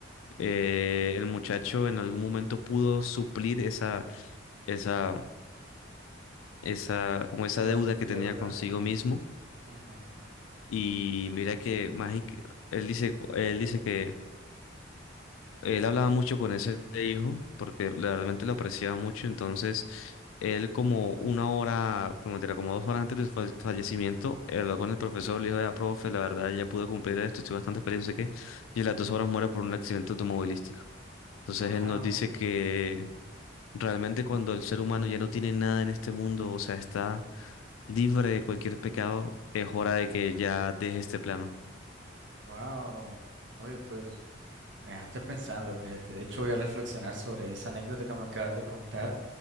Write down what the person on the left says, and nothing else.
eh, el muchacho en algún momento pudo suplir esa, esa, esa, como esa
deuda que
tenía consigo
mismo.
Y mira que Magic, él dice, él dice que él hablaba mucho con ese hijo porque la- realmente lo apreciaba mucho. Entonces, él como una hora, como, mentira, como dos horas antes de su fa- fallecimiento, habló con el profesor, le dijo, ya, profe, la verdad ya pude cumplir esto, estoy bastante feliz, no sé qué. Y a las dos horas muere por un accidente automovilístico. Entonces
él nos dice que Realmente cuando el ser humano ya no tiene nada en este mundo, o sea, está libre de cualquier pecado, es hora de que ya deje este plano.